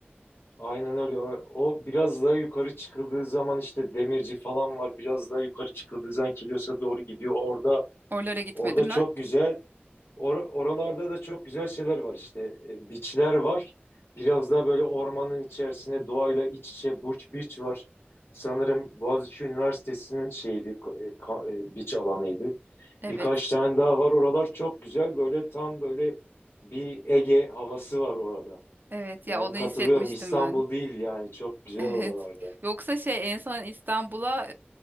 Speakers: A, on the left; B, on the right.
A: Aynen öyle. O, o biraz daha yukarı çıkıldığı zaman işte demirci falan var. Biraz daha yukarı çıkıldığı zaman Kilyos'a doğru gidiyor. Orada
B: Oralara gitmedim
A: orada çok
B: ben.
A: güzel. or- oralarda da çok güzel şeyler var işte. E, biçler var. Biraz daha böyle ormanın içerisine doğayla iç içe Burç Biç var. Sanırım Boğaziçi Üniversitesi'nin şeydi, e, ka- e, biç alanıydı.
B: Evet.
A: Birkaç tane daha var. Oralar çok güzel. Böyle tam böyle bir Ege havası var orada.
B: Evet ya
A: Yani
B: onu
A: katılıyorum
B: hissetmiştim
A: İstanbul
B: ben. <laughs>
A: değil yani çok güzel
B: Evet.
A: oralarda.
B: Yoksa şey en son İstanbul'a